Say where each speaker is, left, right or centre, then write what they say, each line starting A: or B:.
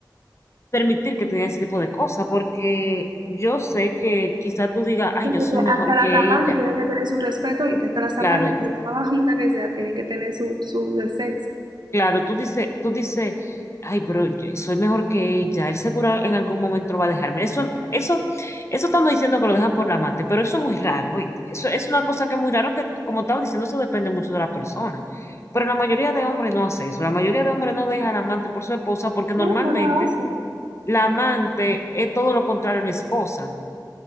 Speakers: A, on the left; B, on the right.
A: permitir que te digan ese tipo de cosas? Porque yo sé que quizá tú digas, ay,
B: Sí,
A: yo
B: Porque
A: soy mejor
B: hasta las
A: que
B: amantes
A: ella.
B: tienen que tener su respeto y hasta las
A: Claro,
B: amantes, por más junta que sea, tienen que tener su, su decencia.
A: Claro, tú dices, tú dices, ay, pero yo soy mejor que ella, él seguro en algún momento lo va a dejar. Mira, eso, eso, eso estamos diciendo que lo dejan por la amante, pero eso es muy raro, ¿oíste? Eso es una cosa que es muy raro que, como estaba diciendo, eso depende mucho de la persona. Pero la mayoría de hombres no hace eso, la mayoría de hombres no deja al amante por su esposa porque normalmente
B: No, no la hacen.
A: la amante es todo lo contrario a la esposa,